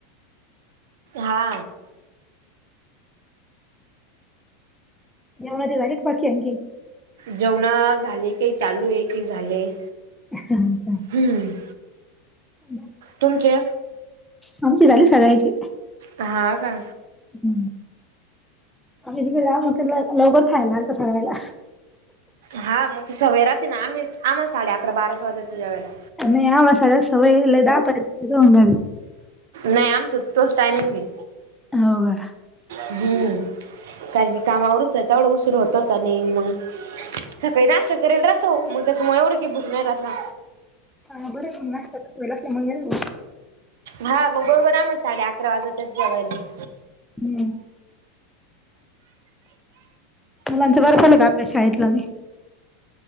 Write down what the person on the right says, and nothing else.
हा
जेवण झाले की चालू आहे की झालंय?
हम्म
तुमचे
हा का
हा मग त सवय राहते ना आम्ही आम्हाला साडे अकरा बाराच वाजचे जेवायला.
नाही आमच तोच टायमिंग य.
हम्म कारण की कामावरच तेवढं उशीर होतोच आणि मग सकाळी नाश्ता करेल राहतो मग त्याच्यामुळे एवढं की भूक नाही राहत ना.
हा मग बरोबर आम साडे अकरा वाजतच जेवायला.